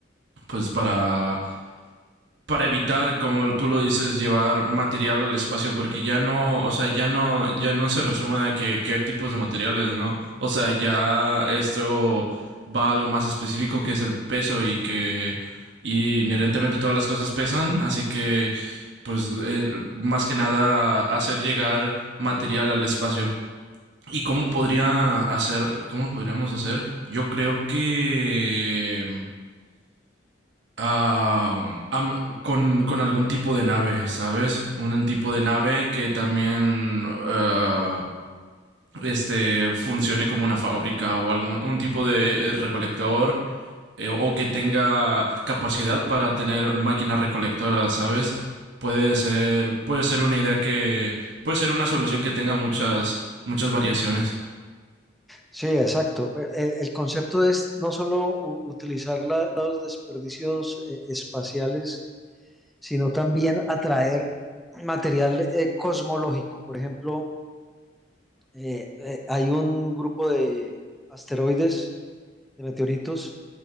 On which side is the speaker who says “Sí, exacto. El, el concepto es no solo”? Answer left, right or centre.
Centre